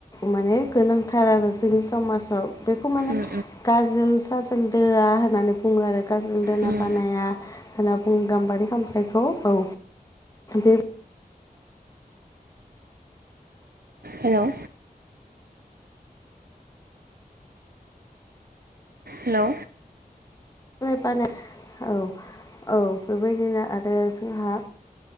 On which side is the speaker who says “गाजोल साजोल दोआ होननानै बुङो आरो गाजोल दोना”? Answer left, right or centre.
Left